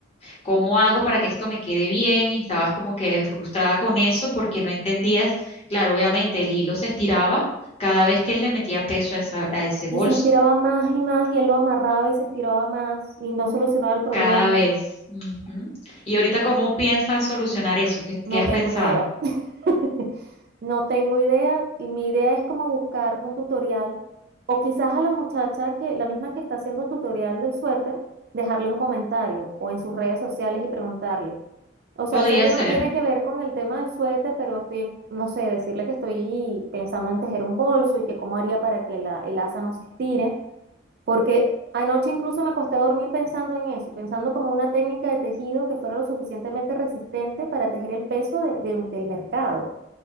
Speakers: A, on the left; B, on the right.
A: ¿cómo hago para que esto me quede bien? Y estabas como que frustrada con eso porque no entendías, claro, obviamente el hilo se estiraba cada vez que él le metía peso a, esa- a ese bolso,
B: Y se estiraba más y más y él lo amarraba y se estiraba más y no solucionaba el problema.
A: cada vez. Ujú. Y ahorita, ¿cómo piensas solucionar eso? ¿Qué,
B: No
A: qué has
B: tengo
A: pensado?
B: idea. <laughs> No tengo idea y mi idea es como buscar un tutorial o quizás a la muchacha que, la misma que está haciendo el tutorial del suéter, dejarle un comentario o en sus redes sociales y preguntarle. O sea,
A: Podría
B: sé que
A: ser,
B: no tiene que ver con el tema del suéter, pero estoy, en- no sé, decirle que estoy pensando en tejer un bolso y que cómo haría para que la, el asa no se estire, porque anoche incluso me acosté a dormir pensando en eso, pensando como una técnica de tejido que fuera lo suficientemente resistente para tejer el peso de- de- del mercado